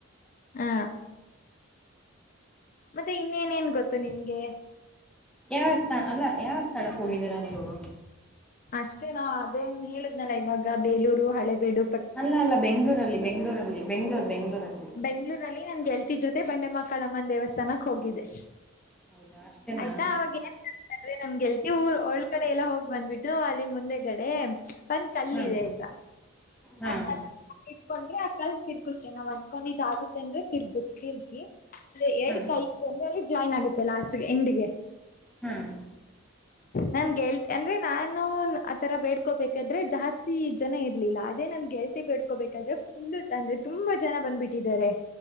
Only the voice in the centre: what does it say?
ಯಾವವ್ ಸ್ಥ ಅಲ್ಲ ಯಾವ ಸ್ಥಳಕ್ಕೆ ಹೋಗಿದ್ದೀರಾ ನೀವು.
ಅಲ್ಲ ಅಲ್ಲ ಬೆಂಗ್ಳೂರಲ್ಲಿ ಬೆಂಗ್ಳೂರ್ ಬೆಂಗ್ಳೂರಲ್ಲಿ.
ಹೌದಾ ಅಷ್ಟೇನಾ
ಹಾಂ
ಹಾಂ
ಹಾಂ
ಹ್ಮ್